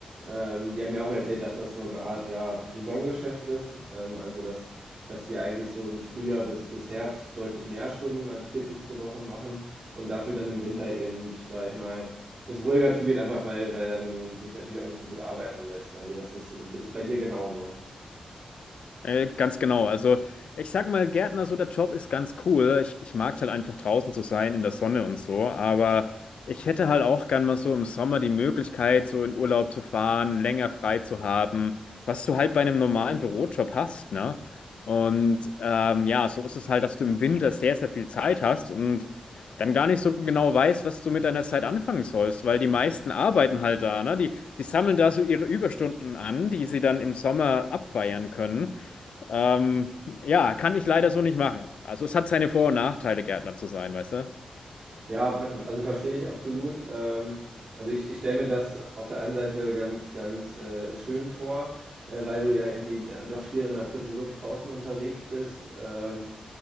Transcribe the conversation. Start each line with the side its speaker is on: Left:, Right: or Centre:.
Right: ähm, die haben mir auch erzählt, dass das so eine Art, ja, Saisongeschäft ist. Ähm, also dass, dass die eigentlich so im Frühjahr bis, bis Herbst deutlich mehr Stunden als 40 pro Woche machen und dafür dann im Winter eben, sag ich mal, es ruhiger zugeht, einfach weil, weil dann sich natürlich auch nicht so gut arbeiten lässt. Also das ist, ist bei dir genauso.
Left: Äh, ganz genau. Also ich sag mal, Gärtner, so der Job ist ganz cool. Ich, ich mag es halt einfach draußen zu sein, in der Sonne und so. Aber ich hätte halt auch gern mal so im Sommer die Möglichkeit, so in Urlaub zu fahren, länger frei zu haben, was du halt bei einem normalen Bürojob hast, ne? Und ähm, ja, so ist es halt, dass du im Winter sehr, sehr viel Zeit hast und dann gar nicht so genau weißt, was du mit deiner Zeit anfangen sollst, weil die meisten arbeiten halt da, ne? Die, die sammeln da so ihre Überstunden an, die sie dann im Sommer abfeiern können. Ähm, ja, kann ich leider so nicht machen. Also es hat seine Vor- und Nachteile, Gärtner zu sein, weißt du?
Right: Ja, ver- also verstehe ich absolut. Ähm, also ich, ich stelle mir das auf der einen Seite ganz, ganz äh, schön vor, äh, weil du ja irgendwie doch viel in der frischen Luft draußen unterwegs bist. Ähm,